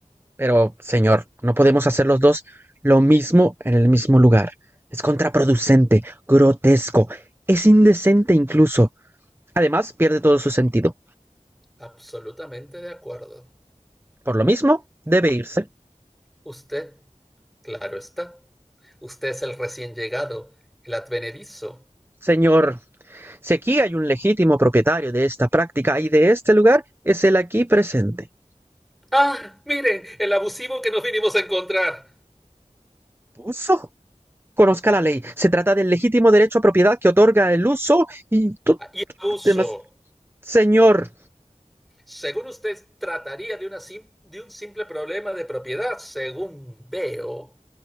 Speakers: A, on the right (about 20°); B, in the centre.
A: Pero, señor, no podemos hacer los dos lo mismo en el mismo lugar. Es contraproducente, grotesco, es indecente incluso. Además, pierde todo su sentido.
B: Absolutamente de acuerdo.
A: Por lo mismo, debe irse.
B: Usted, claro está. Usted es el recién llegado, el advenedizo.
A: Señor, si aquí hay un legítimo propietario de esta práctica y de este lugar, es el aquí presente.
B: ¡Ah! Miren, el abusivo que nos vinimos a encontrar.
A: Uso. Conozca la ley. Se trata del legítimo derecho a propiedad que otorga el uso y todo
B: Ah, Y abuso.
A: demás. Señor,
B: Según usted, trataría de, una sim- de un simple problema de propiedad, según veo.